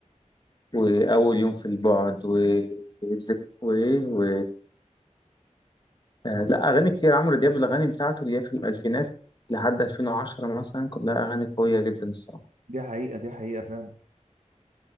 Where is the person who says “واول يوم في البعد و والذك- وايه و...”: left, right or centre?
Left